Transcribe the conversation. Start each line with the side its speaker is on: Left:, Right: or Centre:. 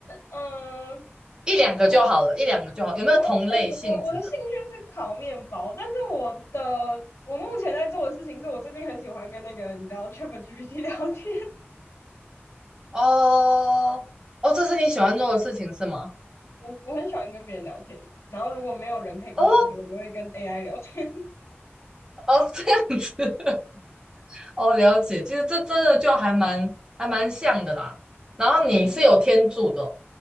Left: 嗯，
Right: 一两个就好了，
Left: 我
Right: 一两个就好。有没有同类性质的？
Left: 我目前我我的兴趣是烤面包，但是我的我目前在做的事情是我最近很喜欢跟那个你知道 ChatGPT <laughs> 聊天，
Right: 哦哦，这是你喜欢做的事情是吗？
Left: <laughs> 我我很喜欢跟别人聊天，然后如果没有人可以跟我聊天，
Right: 哦
Left: 我就会跟 AI 聊天。
Right: 哦，这样子。哦，了解，其实这真的就还蛮还蛮像的啦。然后你是有天助的，
Left: <laughs>